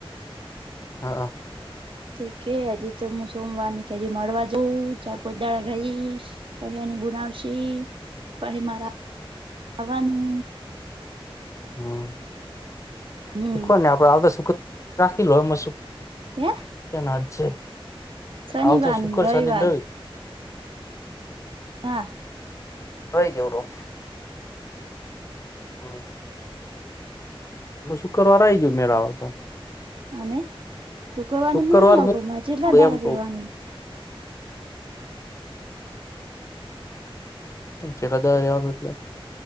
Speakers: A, on the left; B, on the right.
A: હં અ...
B: તે કહે, હજી તો હું સોમવાર ની કેય હજી મળવા જઉં ચાર પાંચ દહાડા રહીશ. પછી એણી બુલાવશે પછી મારે જાવાનું.
A: હમ...
B: હમ
A: ને હું કવ ને આપડે આવતા શુક્ર રાખી લો એમાં શું?
B: હેં... અ.
A: ક્યાં ના જ છે?
B: શનિવાર
A: આવતો શુક્ર
B: ને રવિવાર.
A: શનિ રવિ
B: હાં અ.
A: હોય જોવો. હંઅ. હું શુક્રવાર એ આવી ગ્યો મેળ આવે તો.
B: અને શુક્રવારે
A: શુક્રવાર
B: હું નહી આવું પણ મારે ત્યાં કેટલાં દહાડા
A: એમ કઉ
B: રેવાનું?
A: અને કેટલાં દહાડા રેવાનું એટલે?